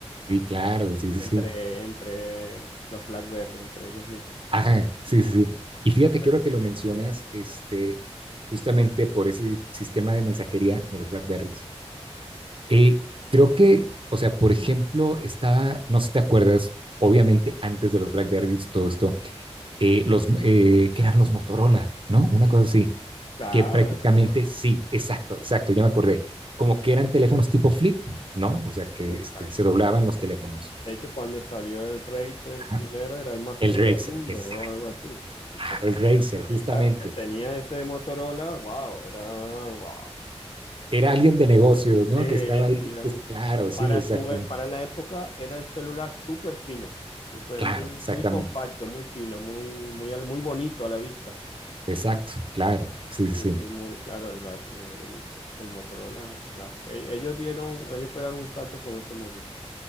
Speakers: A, on the right; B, on the left.
A: Sí, claro, sí, sí,
B: entre,
A: sí.
B: entre los BlackBerry, entre ellos mismos.
A: Ajá, sí, sí, sí. Y fíjate
B: Entonces,
A: que ahora que lo mencionas,
B: sí.
A: este, justamente por ese sistema de mensajería de los BlackBerries, eh, creo que, o sea, por ejemplo, estaba, no sé si te acuerdas, obviamente antes de los BlackBerries, todo esto, eh, los, eh, que eran los Motorola, ¿no? Una cosa así,
B: Claro,
A: que prácticamente
B: claro.
A: sí, exacto, exacto, ya me acordé, como que eran teléfonos tipo flip, ¿no? O sea, que
B: Exacto.
A: este, se doblaban los teléfonos.
B: De hecho, cuando salió el Razer
A: Ajá.
B: primero era el más
A: El
B: fino
A: Razer,
B: del mundo
A: exacto,
B: o algo así.
A: claro,
B: Y también,
A: el Razer,
B: también
A: justamente.
B: claro, que tenía ese Motorola, wow, era wow.
A: Era alguien de negocios,
B: Sí,
A: ¿no? Que estaba ahí,
B: sí, era
A: pues,
B: un-
A: claro, sí,
B: para
A: exactamente,
B: su, e- para la época era el celular súper fino, súper
A: claro,
B: muy,
A: exactamente,
B: muy compacto, muy fino, muy, muy, al- muy bonito a la vista.
A: exacto, claro, sí, sí,
B: Sí,
A: sí,
B: sí, muy claro, el, Black- el, el Motorola, claro. E- Ellos dieron, ellos pegaron un salto con ese móvil.